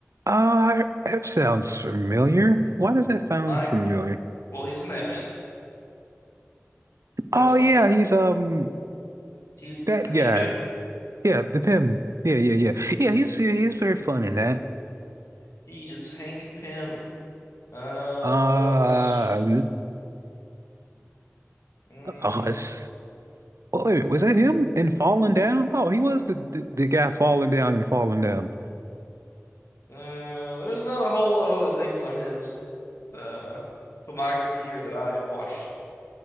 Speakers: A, on the right; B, on the left.
A: Uh that sounds familiar. Why does that sound
B: Mike,
A: familiar?
B: well, he's an Ant-Man.
A: Oh
B: That's one.
A: yeah, he's um
B: He's
A: that
B: Hank
A: guy.
B: Pym.
A: Yeah, the him. Yeah, yeah, yeah. Yeah, he's he's very fun in that.
B: He is Hank Pym. Uh,
A: Uh
B: what else? Mm,
A: Oh, it's, oh, wait, was that him in Falling Down? Oh, he was the, the, the guy falling down and falling down.
B: uh, there's not a whole lot of other things on his uh filmography here that I watched